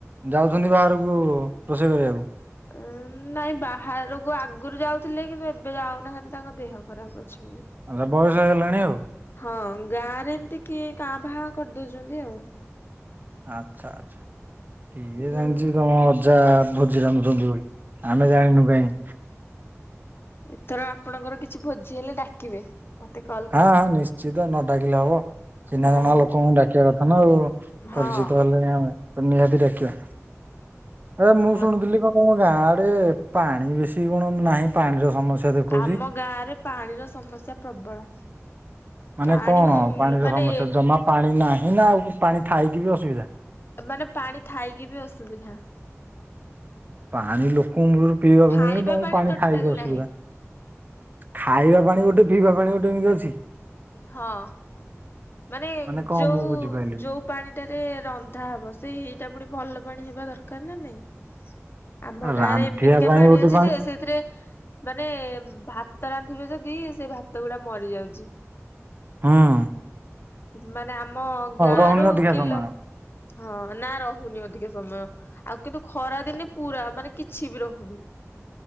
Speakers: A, on the right; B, on the left.
A: ଯାଉଛନ୍ତି ବାହାରକୁ ରୋଷେଇ କରିବାକୁ?
B: ଉଁ ନାଇଁ ବାହାରକୁ ଆଗରୁ ଯାଉଥିଲେ କିନ୍ତୁ ଏବେ ଯାଉନାହାନ୍ତି ତାଙ୍କ ଦେହ ଖରାପ ଅଛି ବୋଲି।
A: ଆ ବୟସ ହେଇଗଲାଣି ଆଉ।
B: ହଁ ଗାଁ ରେ ଏମିତି କିଏ କାଁ ଭା କରିଦଉଛନ୍ତି ଆଉ।
A: ଆଚ୍ଛା ଆଛା କି
B: କିନ୍ତୁ
A: ଜାଣିଛି ତମର ଜା ଭୋଜି ରାଧୁଛନ୍ତି ବୋଲି ଆମେ ଜାଣିନୁ କାହିଁ।
B: ଏଥର ଆପଣଙ୍କର କିଛି ଭୋଜି ହେଲେ ଡାକିବେ। ମତେ କଲ୍ କରିକି
A: ହଁ ହଁ ନିଶ୍ଚିତ ନ ଡାକିଲେ ହବ। ଚିହ୍ନା
B: ମୋ
A: ଜଣା ଲୋକଙ୍କୁ ଡାକିବା କଥା ନା ଆଉ
B: ହଁ
A: ପରିଚିତ ହେଲେଣି ଆମେ। ତ ନିହାତି ଡାକିବା ଏରେ ମୁଁ
B: ମୋ
A: ଶୁଣୁଥିଲି କଣ ତମ ଗାଁ ଆଡେ ପାଣି ବେଶୀ କଣ ନାହିଁ ପାଣିର ସମସ୍ୟା। ଦେଖଉଛି।
B: ଆମ ଗାଁରେ ପାଣିର ସମସ୍ୟା ପ୍ରବଳ।
A: ମାନେ
B: ପାଣି
A: କଣ ପାଣିର
B: ମାନେ
A: ସମସ୍ୟା ଜମା ପାଣି ନାହିଁ ନା ଆଉ ପାଣି ଥାଇକି ବି ଅସୁବିଧା?
B: ମାନେ ପାଣି ଥାଇକି ବି ଅସୁବିଧା।
A: ପାଣି ଲୋକଙ୍କୁ ମୂଳରୁ ପିଇବାକୁ
B: ଖାଇବା
A: ମିଳନି ତମକୁ ପାଣି
B: ଟୋଟାଲ
A: ଖାଇକି ଅସୁବିଧା।
B: ନାହିଁ
A: ଖାଇବା ପାଣି ଗୋଟେ ପିଇବା ପାଣି ଗୋଟେ ଏମିତି ଅଛି?
B: ହଁ ମାନେ
A: କଣ
B: ଯଉ
A: ମୁଁ ବୁଝିପାରିଲିନି।
B: ଯଉ ପାଣି ଟାରେ ରନ୍ଧା ହବ ସେଇ ଏଇଟା ପୁଣି ଭଲ ପାଣି ହେବା ଦରକାର ନା ନାଇଁ। ଆମ ଗାଁ
A: ରାନ୍ଧିବା
B: ରେ ଏମିତିକା
A: ପାଇଁ
B: ପାଣି
A: ଗୋଟେ
B: ଅଛି ଯେ ସେଥିରେ ମାନେ ଭାତ ରାନ୍ଧିବେ ଯଦି ସେ ଭାତ ଗୁଡା ମରି ଯାଉଚି।
A: ହଁ।
B: ମାନେ ଆମ ଗାଁ
A: ରହୁନି
B: ରୁ
A: ଅଧିକା
B: କିଲୋ
A: ସମୟ
B: ହଁ ନା ରହୁନି ଅଧିକ ସମୟ ଆଉ କିନ୍ତୁ ଖରା ଦିନେ ପୁରା ମାନେ କିଛି ବି ରହୁନି।